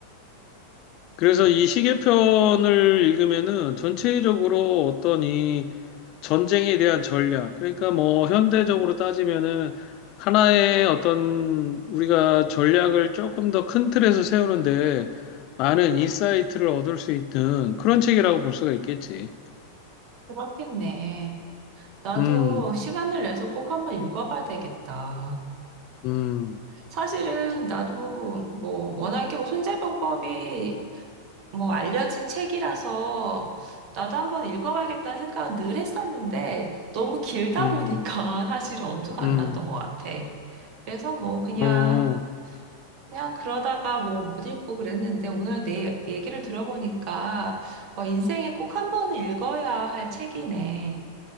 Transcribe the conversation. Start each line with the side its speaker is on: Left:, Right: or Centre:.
Left: 그래서 이 시계편을 읽으면은 전체적으로 어떤 이 전쟁에 대한 전략, 그러니까 뭐 현대적으로 따지면은 하나의 어떤 우리가 전략을 조금 더 큰 틀에서 세우는데 많은 인사이트를 얻을 수 있는 그런 책이라고 볼 수가 있겠지.
Right: 그렇겠네. 나도
Left: 음,
Right: 시간을 내서 꼭 한번 읽어봐야 되겠다.
Left: 음.
Right: 사실은 나도 뭐 워낙에 뭐 손자병법이 뭐 알려진 책이라서 나도 한번 읽어봐야겠다는 생각은 늘 했었는데 너무 길다
Left: 음,
Right: 보니까 <laughs> 사실은 엄두가
Left: 음,
Right: 안 났던 것 같아. 그래서 뭐 그냥
Left: 어.
Right: 그냥 그러다가 뭐 못 읽고 그랬는데 오늘 내 얘기를 들어보니까 와, 인생에 꼭 한 번은 읽어야 할 책이네.